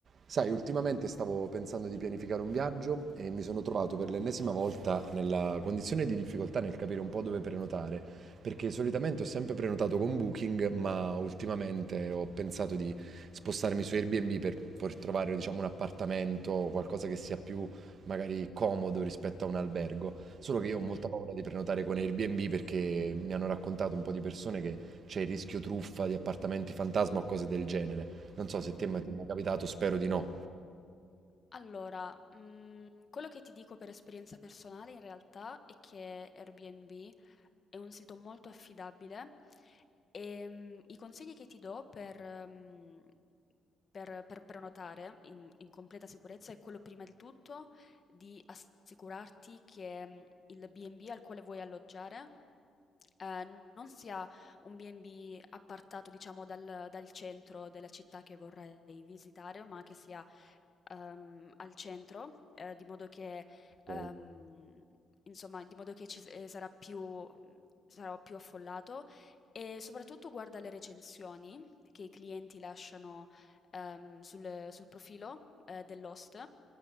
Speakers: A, on the right (about 40°); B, on the left (about 30°).
A: Sai, ultimamente stavo pensando di pianificare un viaggio e mi sono trovato per l'ennesima volta nella condizione di difficoltà nel capire un po' dove prenotare, perché solitamente ho sempre prenotato con Booking, ma ultimamente ho pensato di spostarmi su Airbnb per, per trovare, diciamo, un appartamento o qualcosa che sia più magari comodo rispetto a un albergo. Solo che io ho molta
B: Mh,
A: paura di prenotare con Airbnb perché mi hanno raccontato un po' di persone che c'è il rischio truffa di appartamenti fantasma o cose del genere. Non so se te
B: mh.
A: mai- ti è mai capitato, spero di no.
B: Allora, mhmm, quello che ti dico per esperienza personale in realtà è che Airbnb è un sito molto affidabile, ehm, i consigli che ti do per mhmm, per per prenotare in in completa sicurezza è quello prima di tutto di assicurarti che, mhmm, il B&B al quale vuoi alloggiare, ehm, non sia un B&B appartato diciamo dal dal centro della città che vorrai visitare, ma che sia ehm, al centro, eh, di modo che, ehm,
A: Ok.
B: insomma, di modo che ci s- eh, sarà più, sarò più affollato e soprattutto guarda le recensioni che i clienti lasciano ehm, sul, sul profilo eh, dell'host.